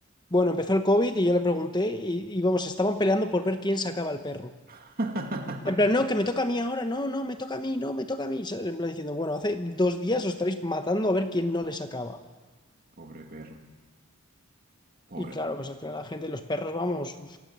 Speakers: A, on the left; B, on the right.
A: Bueno, empezó el COVID y yo le pregunté y, y vamos, estaban peleando por ver quién sacaba al perro.
B: <laughs>
A: En plan, no, que me toca a mí ahora, no, no, me toca a mí, no, me toca a mí. ¿sabes? En plan diciendo, bueno, hace dos días os estáis matando a ver quién no les acaba.
B: Pobre perro. Pobre.
A: Y claro, pues al final la gente, los perros, vamos, uf,